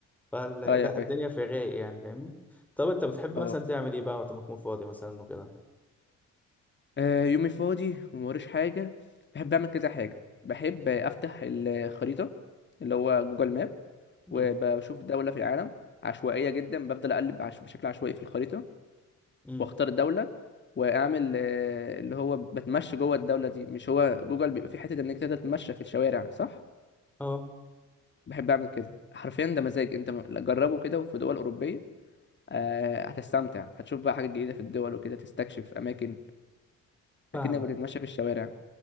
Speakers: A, in the centre; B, on the left (about 35°).
A: فلا
B: اه يا فاهم
A: الدنيا في الرايق يعني فاهمني طب انت بتحب
B: اه
A: مثلا تعمل ايه بقى وقت ما تكون فاضي مثلا وكده
B: آه، يومي فاضي وموريش حاجة بحب أعمل كذا حاجة بحب أفتح الخريطة اللي هو جوجل ماب
A: امم
B: وبشوف دولة في العالم عشوائية جدا بفضل أقلب عش... بشكل عشوائي في الخريطة
A: امم
B: واختار الدوله واعمل آه، اللي هو بتمشى جوه الدوله دي مش هو جوجل بيبقى في حته انك تقدر تتمشى في الشوارع صح
A: اه
B: بحب اعمل كده حرفيا ده مزاج انت م- جربه كده في دول اوروبيه آه، هتستمتع هتشوف بقى حاجات جديده في الدول وكده تستكشف اماكن
A: فاهمك
B: اكنك بتتمشى في الشوارع